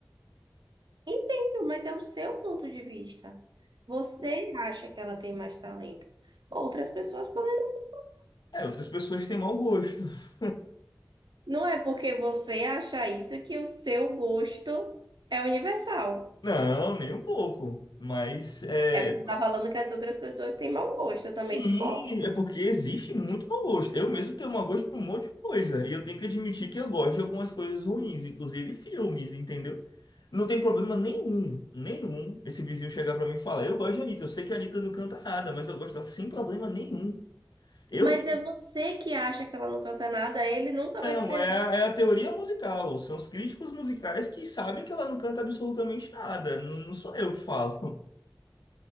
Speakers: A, on the right; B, on the left.
A: Entendo, mas é o seu ponto de vista. Você acha que ela tem mais talento. Outras pessoas podem não.
B: É, outras pessoas têm mau gosto. <laughs>
A: Não é porque você acha isso que o seu gosto é universal.
B: Não, nem um pouco. Mas. é
A: É porque você está falando que as outras pessoas têm mau gosto, eu também
B: Sim,
A: discordo.
B: é porque existe muito mau gosto. Eu mesmo tenho mau gosto por um monte de coisa. E eu tenho que admitir que eu gosto de algumas coisas ruins, inclusive filmes, entendeu? Não tem problema nenhum, nenhum, esse vizinho chegar pra mim e falar: Eu gosto de Anitta, eu sei que a Anitta não canta nada, mas eu gosto dela sem problema nenhum. Eu
A: Mas é você que acha que ela não canta nada, ele nunca
B: não,
A: vai dizer
B: é, a- é a teoria musical. São os críticos musicais que sabem que ela não canta absolutamente nada. Não, não sou eu que falo. <laughs>